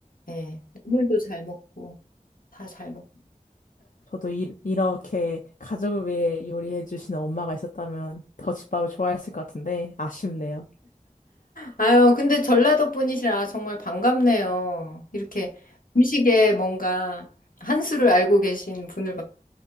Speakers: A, on the left; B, on the left.
A: 예. 국물도 잘 먹고 다 잘 먹고.
B: 저도 이, 이렇게 가족을 위해 요리해 주시는 엄마가 있었다면 더 집밥을 좋아했을 것 같은데 아쉽네요.
A: 아유, 근데 전라도 분이시라 정말 반갑네요. 이렇게 음식에 뭔가 한 수를 알고 계신 분을 봤